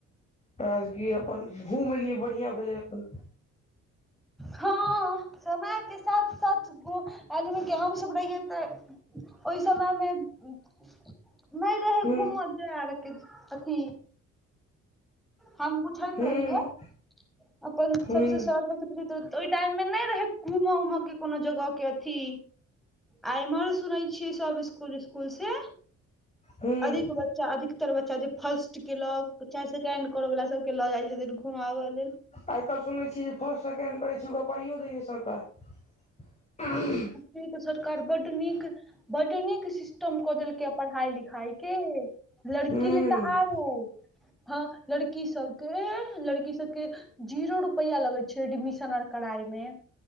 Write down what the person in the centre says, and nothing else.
हँ समय के साथ साथ आदमी के हम सब रहियए ते ओ समयमे <inaudible> नहि रहै
घूम जा आरके अथी हम पुछैत
रहियै <inaudible> अपन
सबसे सर ओहि टाइम मे नहि रहे घूमऽ उमय के कोनो जगह के अथी आ एम्हर सुनै छियै सब स्कूल स्कूल से
अधिक बच्चा अधिकतर बच्चा जे फर्स्ट केलक चाहे सेकेंड करऽ वला सब के लऽ जाइ छथिन घुमाबऽ लेल
इ सरकार बड नीक बड नीक सिस्टम कऽ देलकै ह पढ़ाई लिखाई के लड़की
ले तऽ आरो हँ लड़की सबके लड़की सबके जीरो रुपैआ लगै छै एडमिशन आर कड़ाई मे